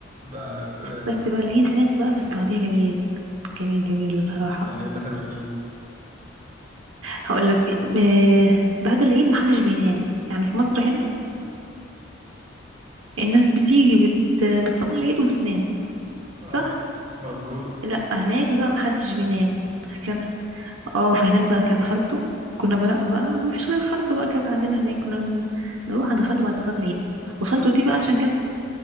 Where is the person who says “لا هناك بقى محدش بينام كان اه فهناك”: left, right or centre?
Right